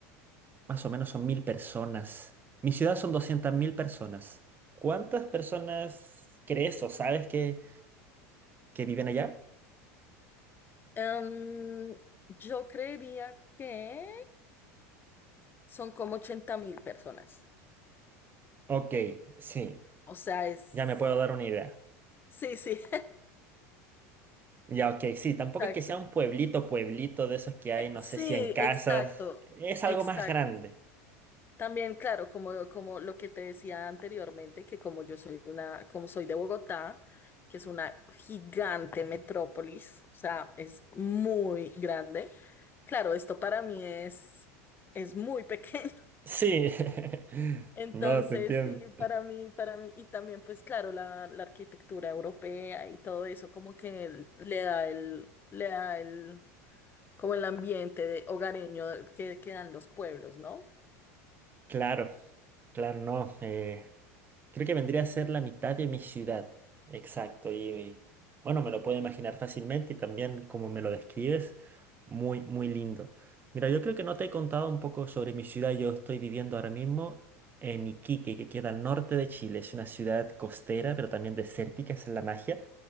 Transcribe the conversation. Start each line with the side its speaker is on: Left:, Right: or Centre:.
Right: más o menos son mil personas. Mi ciudad son doscientas mil personas. ¿Cuántas personas crees o sabes que, que viven allá?
Left: Em, yo creería que son como ochenta mil personas.
Right: Ok, sí,
Left: O sea, es...
Right: ya me puedo dar una idea.
Left: Sí, sí,
Right: Ya, ok, sí,
Left: <laughs>
Right: tampoco
Left: exacto.
Right: es que sea un pueblito, pueblito de esos que hay,
Left: Eh,
Right: no
Left: Sí,
Right: sé, cien casas.
Left: exacto,
Right: Es algo
Left: exacto.
Right: más grande.
Left: También, claro, como, como lo que te decía anteriormente, que como yo soy una, como soy de Bogotá, que es una gigante metrópolis, o sea, es muy grande. Claro, esto para mí es, es muy pequeño.
Right: Sí. <laughs>
Left: Entonces,
Right: No, te entiendo.
Left: sí, para mí, para mí, y también pues claro, la, la arquitectura europea y todo eso como que l- le da el, le da el, como el ambiente de hogareño que, que dan los pueblos, ¿no?
Right: Claro, claro, no. eh, Creo que vendría a ser la mitad de mi ciudad. Exacto. Y, y, bueno, me lo puedo imaginar fácilmente y también como me lo describes, muy, muy lindo. Mira, yo creo que no te he contado un poco sobre mi ciudad. Yo estoy viviendo ahora mismo en Iquique, que queda al norte de Chile. Es una ciudad costera, pero también desértica, esa es la magia,